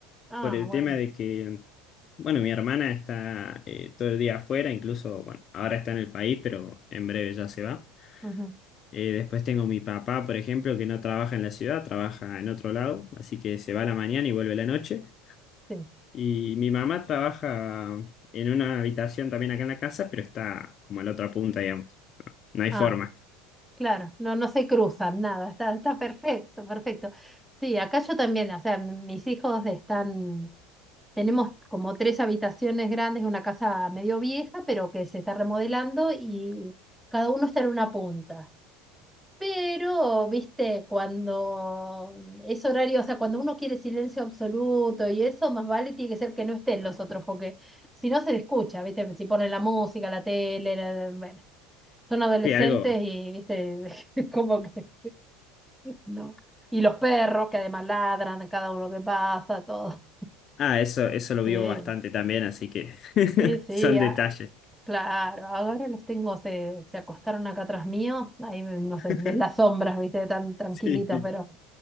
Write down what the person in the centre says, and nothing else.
Ah,
bueno.
ujú,
sí.
Ah,
claro. No, no se cruzan, nada. Está, está perfecto, perfecto. Sí, acá yo también, o sea, m- mis hijos están, tenemos como tres habitaciones grandes, una casa medio vieja, pero que se está remodelando y cada uno está en una punta. Pero, viste, cuando es horario, o sea, cuando uno quiere silencio absoluto y eso, más vale tiene que ser que no estén los otros, porque si no se le escucha, viste, si ponen la música, la tele, la- bueno, son adolescentes
y, viste, <laughs> como que no. Y los perros que además ladran a cada uno que pasa, todo.
Sí,
sí, sí,
ah,
claro. Ahora los tengo, se, se acostaron acá atrás mío, ahí, no
sé, ves las sombras, viste, tan tranquilitos,
pero...